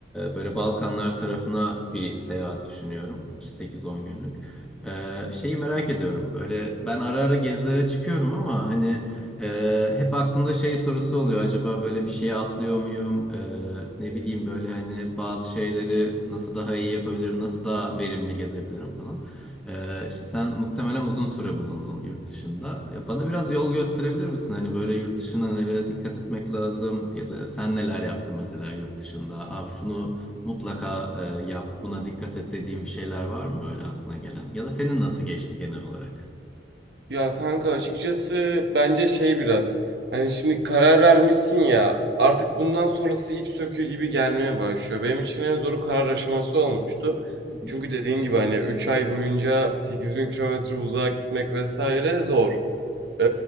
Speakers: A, in the centre; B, on the right.
A: böyle Balkanlar tarafına bir seyahat düşünüyorum. 8-10 günlük. Ee, şeyi merak ediyorum. Böyle ben ara ara gezilere çıkıyorum ama hani e, hep aklımda şey sorusu oluyor. Acaba böyle bir şey atlıyor muyum? Ee, ne bileyim böyle hani bazı şeyleri nasıl daha iyi yapabilirim? Nasıl daha verimli gezebilirim falan. Ee, şimdi sen muhtemelen uzun süre bulundun yurt dışında. Ya bana biraz yol gösterebilir misin? Hani böyle yurt dışına nelere dikkat etmek lazım ya da sen neler yaptın mesela yurt dışında? Abi şunu mutlaka e, yap, buna dikkat et dediğin bir şeyler var mı böyle aklına gelen? Ya da senin nasıl geçti genel olarak?
B: Ya kanka açıkçası bence şey biraz hani şimdi karar vermişsin ya artık bundan sonrası ip söküğü gibi gelmeye başlıyor. Benim için en zoru karar aşaması olmuştu.
A: Hı hı.
B: Çünkü dediğin gibi hani 3 ay boyunca 8000 kilometre uzağa gitmek vesaire zor. Ee,